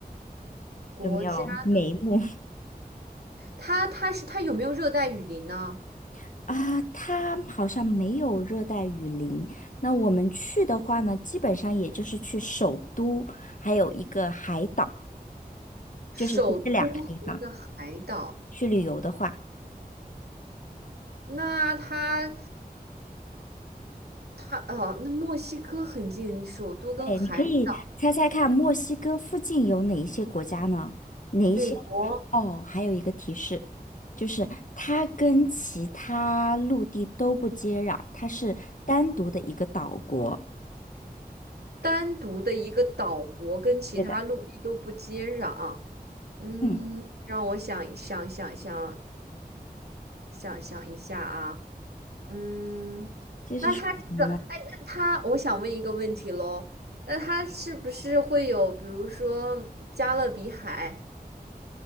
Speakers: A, on the right (about 80°); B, on the left (about 55°).
A: 国家的，
B: 有没有眉目
A: 它它是它有没有热带雨林呢？
B: <laughs> 啊？它好像没有热带雨林。那我们去的话呢，基本上也就是去首都，还有一个海岛，
A: 首都和一个海岛，
B: 就是去这两个地方去旅游的话。
A: 那它它哦，那墨西哥很近，首都跟海岛，
B: 对，你可以猜猜看，墨西哥附近有哪一些国家呢？哪一些？
A: 美国
B: 哦，还有一个提示，就是它跟其他陆地都不接壤，它是单独的一个岛国。
A: 单独的一个岛国跟其他陆地都不接壤。
B: 对的，
A: 嗯，
B: 嗯，
A: 让我想想想想想想一下啊，嗯，
B: 这是属于什么呢？
A: 那他这个，哎，那他，我想问一个问题喽，那他是不是会有，比如说加勒比海